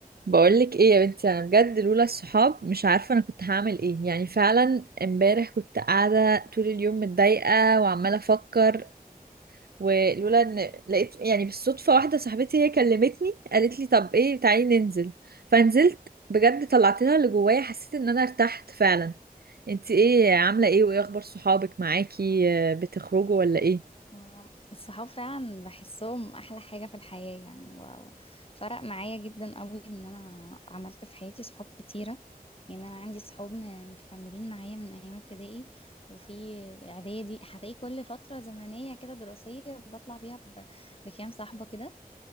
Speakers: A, on the right; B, on the left.
A: بقولك ايه يا بنتي انا بجد لولا الصحاب مش عارفه انا كنت هعمل ايه يعني فعلا امبارح كنت قاعده طول اليوم متضايقه وعماله افكر ولولا ان لقيت يعني بالصدفه واحده صاحبتي هي كلمتني قالت لي طب ايه تعالي ننزل فنزلت بجد طلعت لها اللي جوايا حسيت ان انا ارتحت فعلا انتي ايه عامله ايه وايه اخبار صحابك معاكي آه، بتخرجوا ولا ايه
B: و- الصحاب فعلا بحسهم احلى حاجة في الحياة يعني وفرق معايا جدا قوي ان انا عملت في حياتي صحاب كتيرة يعني انا عندي صحاب م- مكملين معايا من ايام ابتدائي وفي اعدادي هتلاقي كل فترة زمنية كده دراسية بطلع بيها ب- بكام صاحبة كده